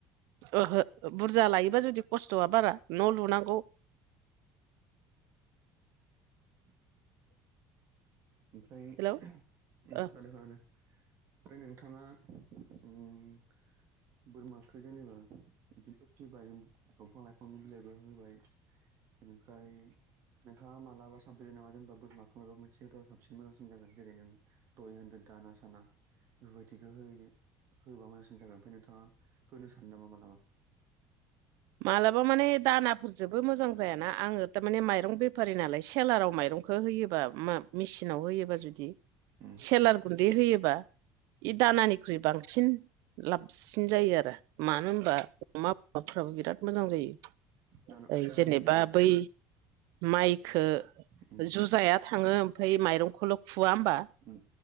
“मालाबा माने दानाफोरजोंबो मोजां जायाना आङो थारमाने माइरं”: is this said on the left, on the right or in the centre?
Right